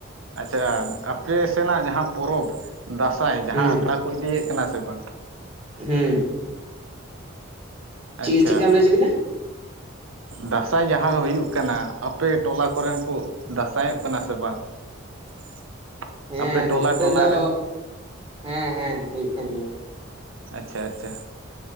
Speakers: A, on the right (about 80°); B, on the right (about 25°).
A: ᱟᱪᱪᱷᱟ ᱟᱯᱮ ᱥᱮᱱᱟᱜ ᱡᱟᱦᱟ ᱯᱚᱨᱚᱵ ᱫᱟᱸᱥᱟᱭ ᱡᱟᱦᱟ
B: ᱦᱩᱸ
A: ᱟᱠᱷᱲᱟ ᱠᱚ ᱤᱫᱤᱭᱮᱜ ᱠᱟᱱᱟ ᱥᱮ ᱵᱟᱝ?
B: ᱦᱩᱸ᱾ ᱪᱮᱫ
A: ᱟᱪᱪᱷᱟ᱾
B: ᱪᱮᱫᱠᱟᱢ ᱞᱟᱹᱭ ᱦᱚᱪᱚ ᱠᱮᱫᱟ
A: ᱫᱟᱸᱥᱟᱭ ᱡᱟᱦᱟᱸ ᱦᱩᱭᱩᱜ ᱠᱟᱱᱟ ᱟᱯᱮ ᱴᱚᱞᱟ ᱠᱚᱨᱮᱱ ᱠᱩ ᱫᱟᱸᱥᱟᱭᱚᱜ ᱠᱟᱱᱟ ᱥᱮ ᱵᱟᱝ? <inaudible>
B: ᱦᱮᱸ
A: ᱟᱯᱮ ᱴᱚᱞᱟ
B: ᱱᱚᱛᱮ
A: ᱴᱚᱞᱟ
B: ᱫᱚ
A: ᱨᱮ
B: ᱦᱮᱸ ᱦᱮᱸ ᱦᱩᱭᱩᱜ ᱠᱟᱱ ᱜᱮᱭᱟ᱾
A: ᱟᱪᱪᱷᱟ ᱟᱪᱪᱷᱟ᱾